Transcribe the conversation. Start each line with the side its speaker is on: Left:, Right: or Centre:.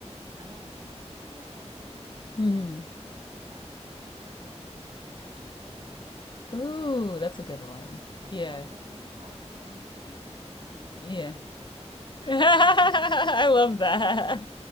Right: Um, it just depends on how I'm feeling, but
Left: mm
Right: mainly I catch myself listening to like a lot of soul music.
Left: hmm Ooh, that's a good one.
Right: Like
Left: Yeah.
Right: if I'm cleaning, I'm I'm so typical.
Left: eh,
Right: I'm listening
Left: Yeah.
Right: to Anita
Left: <laughs>
Right: Baker. <laughs>
Left: I
Right: Like, <laughs>
Left: love that.